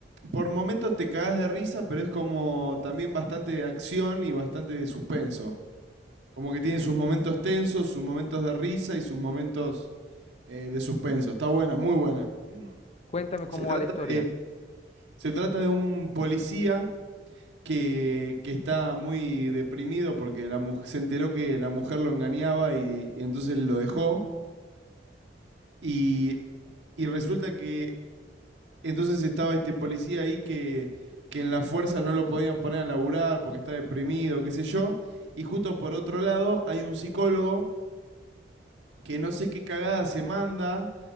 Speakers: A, on the right (about 80°); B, on the left (about 35°).
A: por momentos te cagás de risa, pero es como también bastante de acción y bastante de suspenso. Como que tiene sus momentos tensos, sus momentos de risa y sus momentos eh, de suspenso. Está buena, muy buena. <clears throat>
B: Cuéntame cómo
A: Se trata
B: va la historia.
A: de, se trata de un policía que, que está muy deprimido porque la mu- se enteró que la mujer lo engañaba y, y entonces lo dejó. Y, y resulta que entonces estaba este policía ahí que, que en la fuerza no lo podían poner a laburar porque está deprimido, qué sé yo. Y justo por otro lado hay un psicólogo que no sé qué cagada se manda,